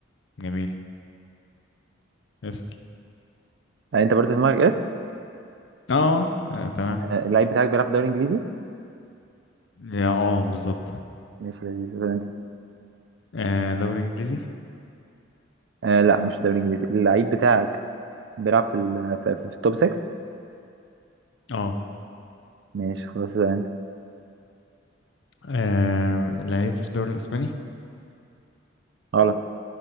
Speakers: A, on the left; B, on the right.
A: جميل اسأل
B: آه، انت برضه في دماغك اسم
A: اه آه، تمام
B: آه، اللعيب بتاعك بيلعب في الدوري الانجليزي
A: يا اه بالظبط
B: ماشي لذيذ ده انت
A: آه دوري انجليزي
B: آه لا مش الدوري الانجليزي اللعيب بتاعك بيلعب في ال- في, في, في التوب 6
A: اه
B: ماشي خلاص زي انت
A: آه، لعيب في الدوري الاسباني
B: غلط